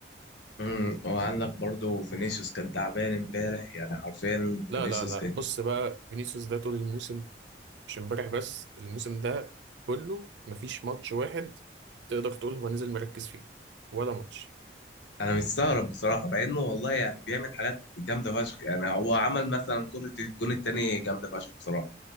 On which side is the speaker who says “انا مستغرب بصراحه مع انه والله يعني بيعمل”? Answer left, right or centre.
Left